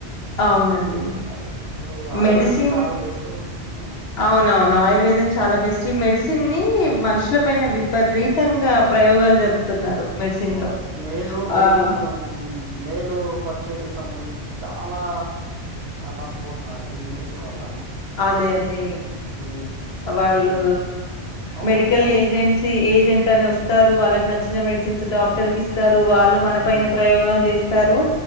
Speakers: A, on the left; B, on the right.
A: అవునండి
B: అది సో ఆయుర్వేదం
A: మెడిసి
B: చాలా బెస్ట్గా ఆ
A: అవునవును ఆయుర్వేదం చాలా బెస్ట్ మెడిసిన్ని మనుషుల పైన విపరీతంగా ప్రయోగాలు జరుపుతున్నారు మెడిసిన్
B: అవునండి
A: తో
B: మెయిన్ మెయిన్
A: ఆ
B: మెయిలు ఫర్టిలిటీకి సంబంధించి చాలా నష్టపోతున్నారండి ఈ మెడిసిన్ వల్ల
A: అదే అదే
B: ఉమ్
A: వాళ్ళు
B: దన్ అవునండి
A: మెడికల్
B: చా
A: ఏజెన్సీ ఏ అనే వస్తారు వాళ్ళకి నచ్చిన మెడిసిన్స్ డాక్టర్ క ఇస్త వాళ్ళు మన
B: ఉమ్
A: పైన ప్రయోగాలు చేస్తారు